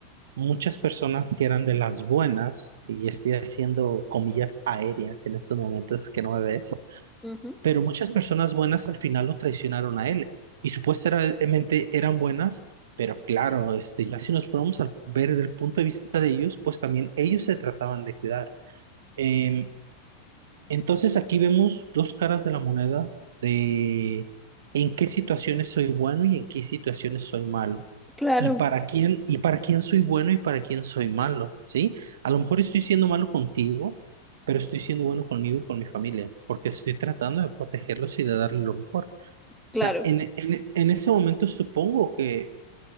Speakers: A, on the right; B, in the centre.
A: muchas personas que eran de las buenas, y estoy haciendo comillas aéreas en estos momentos que no me ves,
B: Ujú.
A: pero muchas personas buenas al final lo traicionaron a él. Y supuestamente eran buenas, pero claro, este, ya si nos ponemos a ver desde el punto de vista de ellos, pues también ellos se trataban de cuidar. Eh, entonces aquí vemos dos caras de la moneda de en qué situaciones soy bueno y en qué situaciones soy malo.
B: Claro,
A: Y para quién, y para quién soy bueno y para quién soy malo, ¿sí? A lo mejor estoy siendo malo contigo, pero estoy siendo bueno conmigo y con mi familia, porque estoy tratando de protegerlos y de darles lo mejor. O
B: claro.
A: sea, en, en, en ese momento supongo que,